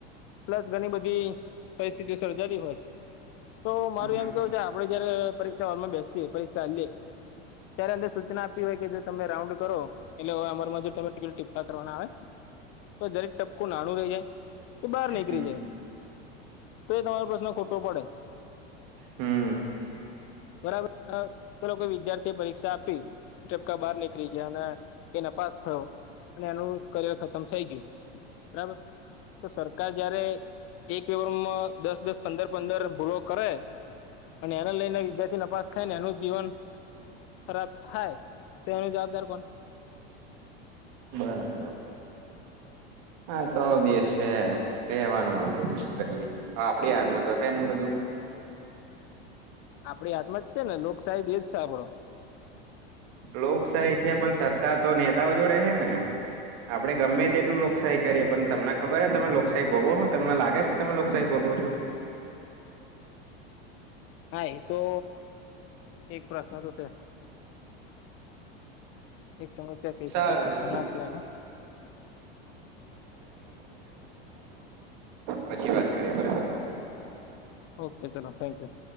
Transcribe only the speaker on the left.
પ્લસ ઘણી બધી <unintelligible> પરિસ્થિતિ સર્જાવી હોય. તો મારું
એમ કેવું છે, આપડે જયારે પરીક્ષા હોલમાં બેસીએ પરીક્ષા <unintelligible> ત્યારે અંદર સૂચના આપતી હોય કે જો તમે રાઉન્ડ કરો એટલે અમારમાં તમે <unintelligible> કરના આવે તો જરીક ટપકું <unintelligible> રહી જાય કે બહાર નીકળી
જાય તો એ તમારો પ્રશ્ન ખોટો પડે.
બરાબર તો <unintelligible> વિદ્યાર્થી પરીક્ષા આપી ટપકા બાર નીકળી ગયા અને એને પાસ થયો અને એનું કરિયર ખતમ થઈ ગયો બરાબર તો સરકાર જયારે એક પેપરમાં દસ દસ પંદર પંદર પૂરો કરે અને એને લઈને વિદ્યાર્થી નપાસ થાય ને એનું જીવન ખરાબ થાય તેની જવાબદાર કોણ.
આપડી હાથમાં જ છે, ને લોકશાહી એજ છે, આપણો.
હા તો એક પ્રશ્ન તો છે. એક સમસ્યા કહી
શકાય પ્રશ્ન
ના કહેવાય ને
ઓકે ચલો થૅન્ક યૂ.